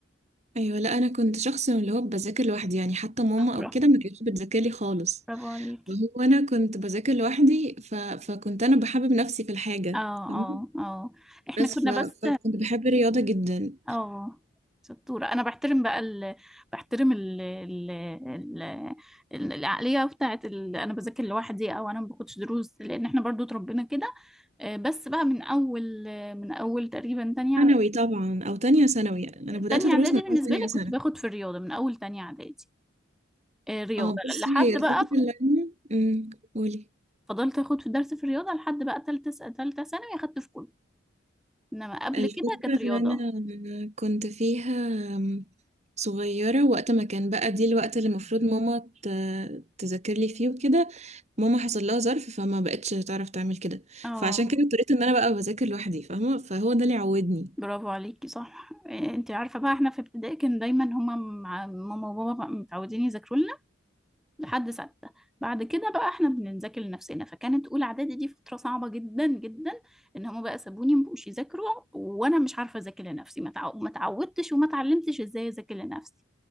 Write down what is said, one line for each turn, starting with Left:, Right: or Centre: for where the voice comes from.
Right: ايوه لا انا كنت شخص من اللي هو بذاكر لوحدي يعني حتى ماما
Centre: شاطره
Right: او كده ما كانتش بتذاكر لي خالص
Centre: برافو عليكي
Right: وهو انا كنت بذاكر لوحدي ف... فكنت انا بحبب نفسي في الحاجه
Centre: اه اه
Right: فاهمه
Centre: اه احنا
Right: بس
Centre: كنا
Right: ف... فكنت
Centre: بس
Right: بحب الرياضه جدا
Centre: اه شطوره انا بحترم بقى ال... بحترم ال... ال... ال... ال- العقليه بتاعت ال... انا بذاكر لوحدي او انا ما باخدش دروس لان احنا برضو اتربينا كده آه، بس بقى من اول آه، من اول تقريبا تانية اعدادي
Right: ثانوي طبعا او تانية ثانوي يعني انا بدات
Centre: تانية
Right: ادرس
Centre: اعدادي
Right: من
Centre: بالنسبة
Right: اول تانية
Centre: لي
Right: سنه
Centre: كنت باخد في الرياضة من اول تانية اعدادي آه، رياضة
Right: اه بصي
Centre: لحد
Right: هي
Centre: بقى
Right: الفتره
Centre: ف-
Right: اللي انا امم قولي
Centre: فضلت اخد في درس في الرياضة لحد بقى تالتة س- تالتة ثانوي اخدت في كله انما قبل
Right: الفترة
Centre: كده كانت رياضة
Right: اللي أنا كنت فيها صغيرة وقت ما كان بقى دي الوقت اللي المفروض ماما ت- تذاكر لي فيه وكده ماما حصل لها ظرف فما بقتش تعرف تعمل كده
Centre: اه
Right: فعشان كده اضطريت ان انا بقى بذاكر لوحدي فاهمة فهو ده اللي عودني
Centre: برافو عليكي صح إيه، انت عارفه بقى احنا في ابتدائي كان دايما هما مع ماما وبابا بقى متعودين يذاكروا لنا لحد سته بعد كده بقى احنا بنذاكر لنفسنا فكانت اولى اعدادي دي فتره صعبه جدا جدا ان هما بقى سابوني مبقوش يذاكروا وانا مش عارفه اذاكر لنفسي ما تع- ما اتعودتش وما اتعلمتش ازاي اذاكر لنفسي